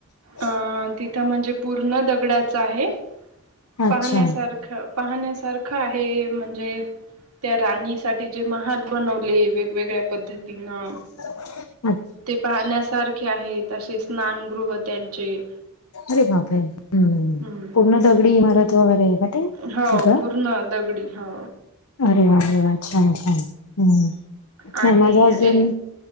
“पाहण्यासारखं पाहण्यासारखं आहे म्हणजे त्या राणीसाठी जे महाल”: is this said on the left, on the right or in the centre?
Right